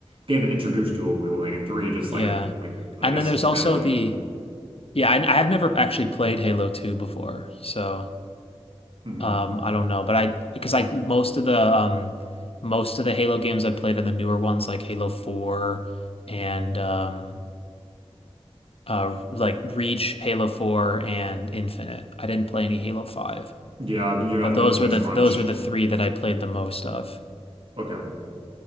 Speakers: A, on the right; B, on the left.
A: game that introduced dual wielding, and 3 just
B: yeah.
A: like like I
B: And
A: guess
B: then there's
A: expanded
B: also
A: on
B: the
A: it.
B: yeah, I, I have never actually played Halo 2 before, so
A: Mhm.
B: Um, I don't know, but I because I most of the um most of the Halo games I've played are the newer ones like Halo 4 and um uh like Reach, Halo 4 and Infinite. I didn't play any Halo 5,
A: Yeah, you're not
B: but
A: you
B: those
A: didn't miss
B: were the
A: much.
B: those were the three that I played the most of.
A: Okay.